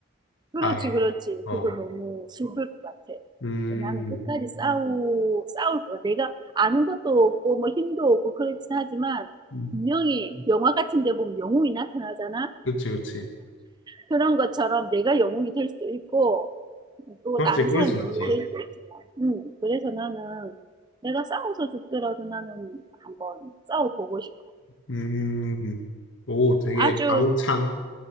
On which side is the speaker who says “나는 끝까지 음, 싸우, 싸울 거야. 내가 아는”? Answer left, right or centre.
Right